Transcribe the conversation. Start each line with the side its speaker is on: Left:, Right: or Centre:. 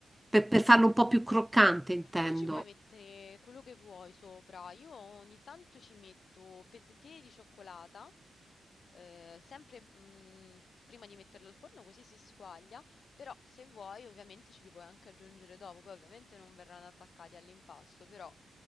Centre: per, per farlo un po' più croccante, intendo.
Left: Guarda, tu ci puoi mettere quello che vuoi sopra. Io ogni tanto ci metto pezzettini di cioccolata eh, sempre mm, prima di metterlo al forno così si squaglia, però se vuoi ovviamente ce li puoi anche aggiungere dopo, poi ovviamente non verranno attaccati all'impasto, però